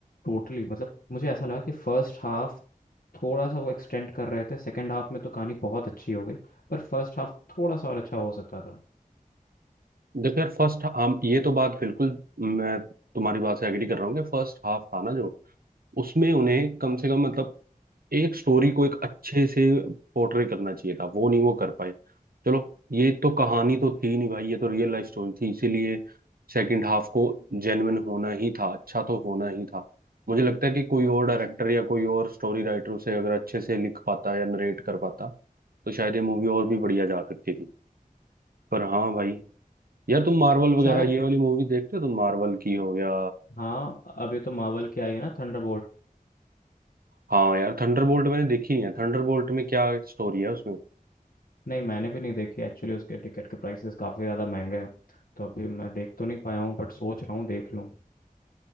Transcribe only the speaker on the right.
देखो यार फर्स्ट हम ये तो बात बिल्कुल मैं तुम्हारी बात से एग्री कर रहा हूँ कि फर्स्ट हाफ था ना जो उसमें उन्हें कम से कम मतलब एक स्टोरी को एक अच्छे से पोर्ट्रे करना चाहिए था वो नहीं वो कर पाए चलो ये तो कहानी तो थी नहीं भाई ये तो रियल लाइफ स्टोरी थी इसीलिए सेकंड हाफ को जेन्युइन होना ही था अच्छा तो होना ही था मुझे लगता है कि कोई और डायरेक्टर या कोई और स्टोरी राइटर उसे अगर अच्छे से लिख पाता या नरेट कर पाता तो शायद ये मूवी और भी बढ़िया जा सकती थी पर हाँ भाई यार तुम मार्वल वगैरह
ये वाली मूवी देखते हो तुम मार्वल की हो या
हाँ यार थंडरबोल्ट मैंने देखी नहीं है थंडरबोल्ट में क्या स्टोरी है उसमें